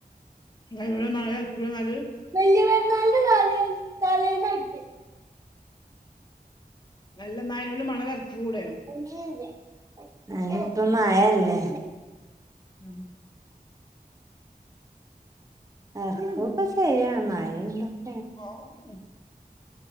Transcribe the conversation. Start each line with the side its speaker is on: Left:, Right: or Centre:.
Left: ഇവിടെ മഴ <unintelligible>
Right: വല്യ പെരുന്നാളിന്റെ തലേ തലേന്ന് തൊട്ട്
Left: അല്ല ന്നാ അയ്നോട് മണലെർക്ക് യൂടെ
Right: ഒന്നു ഇല്ല അയിന് ഇപ്പം മയയല്ലേ
Left: ഉം
Right: ഇറക്കുക ചെയ്യാം മയയൊണ്ട്
Left: ഓ <inaudible>